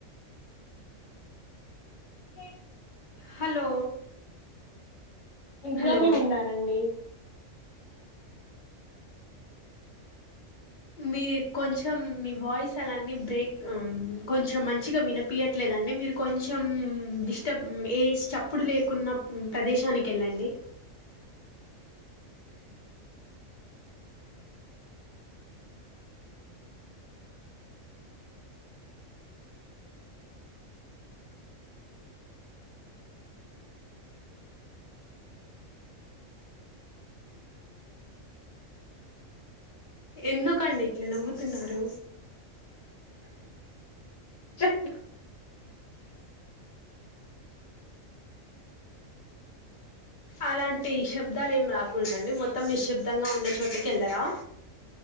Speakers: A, on the left (about 65°); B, on the left (about 35°).
A: ఇ
B: హలో
A: ఇంట్లోనే
B: హలో
A: ఉన్నానండి
B: మీ కొంచెం మీ వాయిస్ అలాన్నీ బ్రేక్ ఉమ్ కొంచెం మంచిగా వినపియట్లేదండి మీరు కొంచెం డిస్టబ్ ఏ చప్పుడు లే కున్న ప్రదేశానికేళ్ళండి ఎందుకండి ఇట్ల నవ్వుతున్నారు
A: చెప్
B: అలాంటి శబ్ ద్దాలు ఏం రాకూడదండి మొత్తం నిశ్శిబ్దంగా ఉన్న చోటుకేళ్ళరా